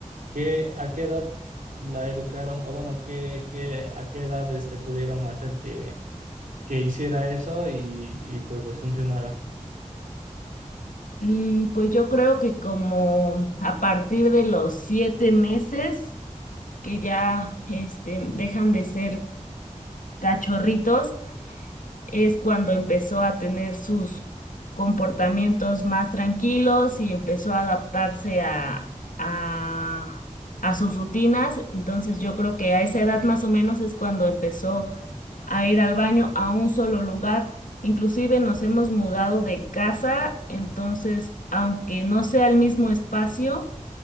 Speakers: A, on the right; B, on the left.
A: ¿qué, a qué edad la educaron, o bueno, qué, qué, a qué edad este, pudieron hacer que, que hiciera eso y, y pues les funcionara?
B: Mm, pues yo creo que como a partir de los siete meses que ya este, dejan de ser cachorritos, es cuando empezó a tener sus comportamientos más tranquilos y empezó a adaptarse a, a, a sus rutinas. Entonces yo creo que a esa edad más o menos es cuando empezó a ir al baño a un solo lugar. Inclusive nos hemos mudado de casa, entonces aunque no sea el mismo espacio,